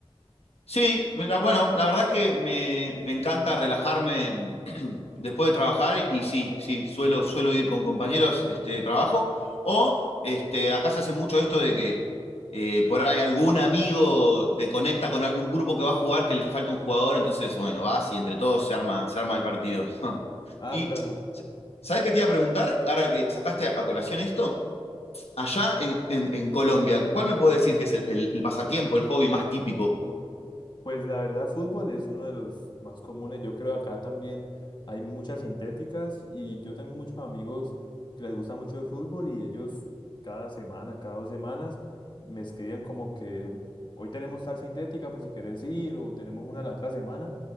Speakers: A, on the left (about 85°); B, on the left (about 50°).
A: Sí, mira, bueno, la verdad es que me, me encanta relajarme <clears throat> después de trabajar y sí, sí, suelo, suelo ir con compañeros este, de trabajo o este, acá se hace mucho esto de que eh, por ahí algún amigo te conecta con algún grupo que va a jugar que le falta un jugador, entonces bueno, vas y entre todos se arma, se arma el partido.
B: Ah,
A: Y,
B: claro.
A: ¿sabes qué te iba a preguntar? Ahora que sacaste a, a colación esto, allá en, en, en, Colombia, ¿cuál me puede decir que es el, el, el pasatiempo, el hobby más típico?
B: Pues la verdad, fútbol es uno de los más comunes. Yo creo acá también hay muchas sintéticas y yo tengo muchos amigos que les gusta mucho el fútbol y ellos cada semana, cada dos semanas me escriben como que hoy tenemos tal sintética por si quieres ir o tenemos una la otra semana